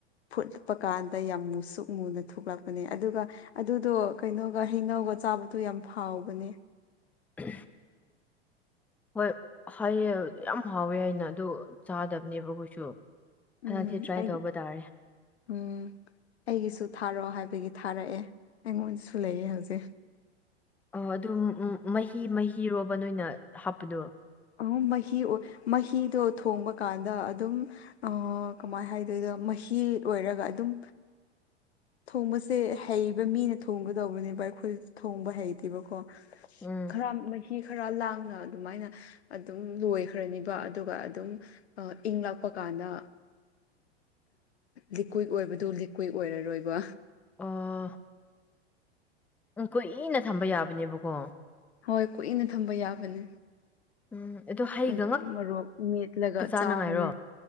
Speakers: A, on the left; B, in the centre.
A: ꯐꯨꯠꯄ ꯀꯥꯟꯗ ꯌꯥꯝ ꯃꯨꯁꯨꯛ ꯃꯨꯅ ꯊꯣꯛꯂꯛꯄꯅꯦ ꯑꯗꯨꯒ ꯑꯗꯨꯗꯣ ꯀꯩꯅꯣꯒ ꯍꯩꯅꯧꯒ ꯆꯥꯕꯗꯨ ꯌꯥꯝ ꯍꯥꯎꯕꯅꯦ
B: ꯎꯝ ꯍꯣꯏ ꯍꯥꯏꯌꯦ ꯌꯥꯝ ꯍꯥꯎꯋꯦ ꯍꯥꯏꯅ ꯑꯗꯨ ꯆꯥꯗꯕꯅꯦꯕ ꯑꯩꯈꯣꯏꯁꯨ
A: ꯎꯝ
B: ꯍꯟꯗꯛꯇꯤ ꯇ꯭ꯔꯥꯏ
A: ꯑꯩ
B: ꯇꯧꯕ ꯇꯥꯔꯦ
A: ꯎꯝ ꯑꯩꯒꯤꯁꯨ ꯊꯥꯔꯛꯑꯣ ꯍꯥꯏꯕꯒꯤ ꯊꯥꯔꯛꯑꯦ ꯑꯩꯉꯣꯟꯗꯁꯨ ꯂꯩꯌꯦ ꯍꯧꯖꯤꯛ
B: ꯑꯣ ꯑꯗꯨꯝ ꯃꯍꯤ ꯃꯍꯤꯔꯣꯕ ꯅꯣꯏꯅ ꯍꯥꯞꯄꯗꯣ
A: ꯎꯝ ꯃꯍꯤ ꯑꯣꯏ ꯃꯍꯤꯗꯣ ꯊꯣꯡꯕ ꯀꯥꯟꯗ ꯑꯗꯨꯝ ꯑꯥ ꯀꯃꯥꯏꯅ ꯍꯥꯏꯗꯣꯏꯗꯣ ꯃꯍꯤ ꯑꯣꯏꯔꯒ ꯑꯗꯨꯝ ꯊꯣꯡꯕꯁꯦ ꯍꯩꯕ ꯃꯤꯅ ꯊꯣꯡꯒꯗꯧꯕꯅꯦꯕ ꯑꯩꯈꯣꯏ ꯊꯣꯡꯕ ꯍꯩꯇꯦꯕꯀꯣ
B: ꯎꯝ
A: ꯈꯔ ꯃꯍꯤ ꯈꯔ ꯂꯥꯡꯅ ꯑꯗꯨꯃꯥꯏꯅ ꯑꯗꯨꯝ ꯂꯣꯏꯈ꯭ꯔꯅꯤꯕ ꯑꯗꯨꯒ ꯑꯗꯨꯝ ꯏꯪꯂꯛꯄ ꯀꯥꯟꯗ ꯂꯤꯀ꯭ꯋꯤꯠ ꯑꯣꯏꯕꯗꯨ ꯂꯤꯀ꯭ꯋꯏ ꯑꯣꯏꯔꯔꯣꯏꯕ
B: ꯑꯥ ꯎꯝ ꯀꯨꯏꯅ ꯊꯝꯕ ꯌꯥꯕꯅꯦꯕꯀꯣ
A: ꯍꯣꯏ ꯀꯨꯏꯅ ꯊꯝꯕ ꯌꯥꯕꯅꯦ
B: ꯎꯝ ꯑꯗꯣ ꯍꯩꯒ
A: ꯑꯗꯨꯝ
B: ꯉꯛꯇ
A: ꯃꯣꯔꯣꯛ ꯃꯦꯠꯂꯒ
B: ꯆꯥꯅꯉꯥꯏꯔꯣ
A: ꯆꯥꯕꯅꯦ